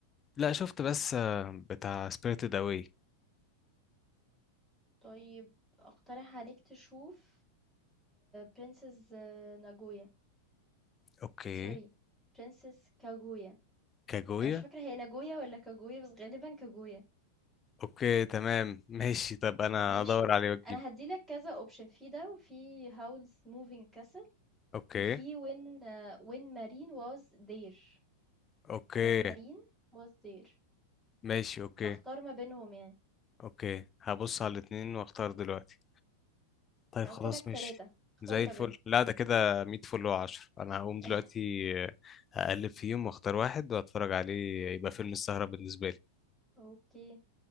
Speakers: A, on the left; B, in the centre.
A: لا شفت بس آه بتاع سبيريتد اواي
B: طيب اقترح عليك تشوف برنسس ناجويا
A: اوكي
B: سوري برنسس كاجويا
A: كاجويا
B: انا مش فاكره هي ناجويا ولا كاجويا بس غالبا كاجويا
A: اوكي تمام ماشي طب انا
B: ماشي
A: هدور عليه واجيب
B: انا هديلك كذا اوبشن في ده وفي هاولز موفينج كاسل
A: اوكي
B: وفي وين وين مارين واز دير
A: اوكي
B: وين مارين واز دير
A: ماشي اوكي
B: فاختار ما بينهم يعني
A: اوكي هبص على الاتنين واختار دلوقتي طيب
B: انا
A: خلاص
B: قلت لك ثلاثة
A: ماشي
B: اختار
A: زي
B: ما
A: الفل
B: بينهم
A: لا ده كده 100 فل وعشر انا هقوم
B: <laughs>
A: دلوقتي اقلب فيهم واختار واحد واتفرج عليه يبقى فيلم السهرة بالنسبة لي
B: اوكي